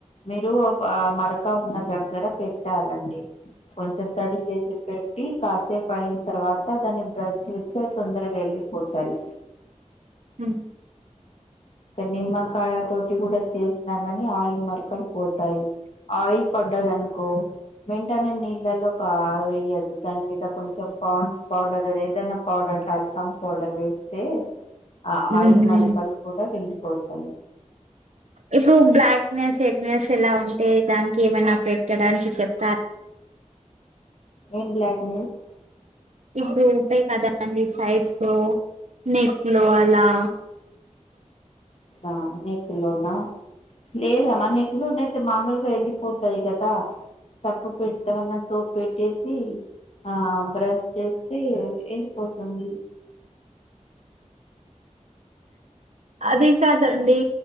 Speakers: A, on the left (about 55°); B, on the right (about 65°).
A: మీరు ఆ మరక ఉన్నది దగ్గర పెట్టాలండి కొంచెం తడి చేసి పెట్టి కాసేపు పైన తర్వాత దాన్ని బ్రష్ చేత్తే తొందరగా వెళ్ళిపోతాయ్
B: ఉ
A: నిమ్మకాయ తోటి కూడా చేసిన గాని ఆయిల్ మరకలు పో తాయ్ ఆయిల్ పడ్డది అనుకో వెంటనే నీళ్ళల్లో ఒక వేయద్దు దాని మీద కొంచెం పాండ్స్ పౌడర్ అనేది దన్న పౌడర్ టల్కమ్ పౌడర్ వేస్తే ఆ
B: ఉహు
A: ఆయిల్ మరకలు కూడా వెళ్ళి పోతాయి
B: ఇప్పుడు బ్లాక్నెస్ హెడ్నెస్ ఎలా ఉంటే దానికి ఏమైనా పెట్టడానికి చెప్
A: ఏం బ్లాక్ నెస్
B: ఇప్పుడు ఉంటాయి కదా అండి సైడ్ లో నెక్ లో అలా
A: అ నెక్కులోనా లేదు అమన్ మీకు అయితే మామూలుగా వెళ్ళిపోతాయి కదా సబ్బు పెడతామన్న సోప్ పెట్టేసి ఆ బ్రష్ చేస్తే ఎండిపోతుంది
B: అదే కాదండి